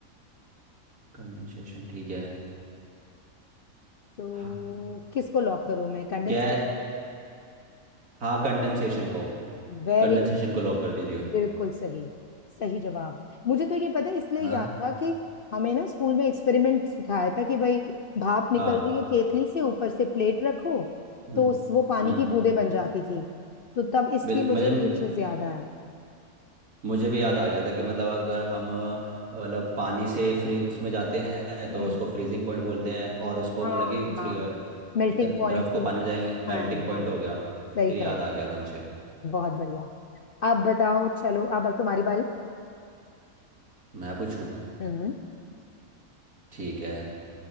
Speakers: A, on the right; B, on the left.
A: कंडेंसेशन ठीक है
B: तो
A: हाँ
B: किसको लॉक करूं मैं कंडेंसर
A: गै हाँ कंडेंसेशन को
B: वेरी
A: कंडेंसेशन
B: गुड
A: को लॉक कर दीजिए
B: बिल्कुल सही सही जवाब मुझे तो ये पता है इसलिए
A: हाँ
B: याद था कि हमें ना स्कूल में एक्सपेरिमेंट सिखाया था कि भाई भाप
A: हाँ
B: निकल रही है केतली से ऊपर से प्लेट रखो
A: हम्म
B: तो उस वो पानी
A: हम्म
B: की बूंदें बन जाती थी तो तब इसलिए
A: बिल्कुल
B: मुझे
A: मुझे
B: ये चीज याद आया
A: मुझे भी याद आ गया था कि मतलब अगर हम अ, मतलब पानी से फ्री उसमें जाते हैं तो
B: हम्म
A: उसको फ्रीजिंग पॉइंट बोलते हैं और उसको
B: हाँ
A: मतलब कि
B: हाँ
A: फ्री अ,
B: मेल्टिंग
A: द्र-
B: पॉइंट
A: द्रव को
B: थी
A: पानी में जाएंगे मेल्टिंग
B: हाँ
A: पॉइंट
B: हाँ
A: हो गया
B: सही
A: फिर याद
B: कहा
A: आ गया था मुझे
B: बहुत बढ़िया अब बताओ चलो अब अब तुम्हारी बारी
A: मैं पूछूं
B: हम्म
A: ठीक है